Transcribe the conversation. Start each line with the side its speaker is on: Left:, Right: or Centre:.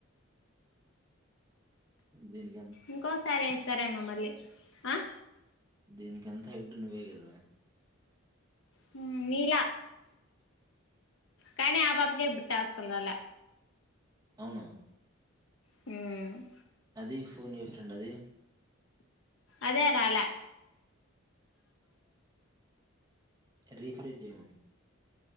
Right: దీనికి
Left: ఇంకో సారి వేస్తారేమో మ్మళ్ళీ ఆ
Right: దీనికి అంతా హెడ్ నువ్వ కదా
Left: హామ్ నీలా కానీ ఆ పాపకే ఇప్పుడు టాస్క్ రాలె
Right: అవునా
Left: హామ్
Right: అది ఫోన్ ఏ ఫ్రెండ్ అది
Left: అదే రాల
Right: రిఫ్రెష్ జేమను